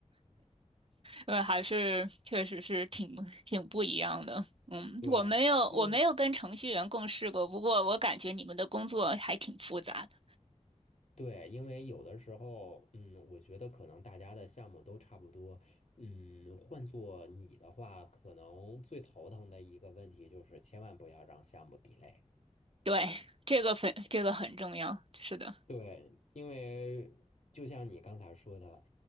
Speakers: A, on the right (about 50°); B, on the left (about 65°).
A: 对，还是确实是挺挺不一样的。嗯，
B: 对，
A: 我没有我没有跟程序员共事过，
B: 嗯，
A: 不过我感觉你们的工作还挺复杂的。
B: 对，因为有的时候，嗯，我觉得可能大家的项目都差不多，嗯，换做你的话，可能最头疼的一个问题就是千万不要让项目 delay。
A: 对，这个很这个很重要。是的。
B: 对，因为就像你刚才说的，